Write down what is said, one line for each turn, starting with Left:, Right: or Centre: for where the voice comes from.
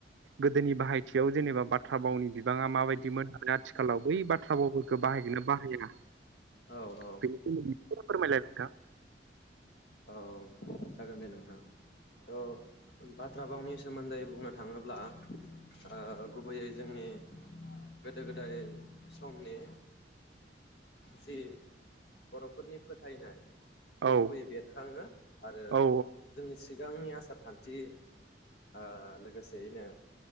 Right: गोदोनि बाहायथियाव जेनेबा बाथ्रा भावनि बिबाङा माबायदिमोन आरो आथिखालाव बै बाथ्रा भावफोरखौ बाहायगोना बाहाया
Left: औ औ
Right: बेनि सोमोन्दै एसे फोरमायलाय नोंथां।
Left: औ जागोन दे नोंथां। औ बाथ्रा भावनि सोमोन्दै बुंनो थाङोब्ला ओ गुबैयै जोंनि गोदो गोदाय समनि जि बर'फोरनि फोथायनाय बे
Right: औ
Left: गुबैयै बेर खाङो आरो
Right: औ
Left: जोंनि सि गांनि आसार खान्थि ओ लोगोसेयैनो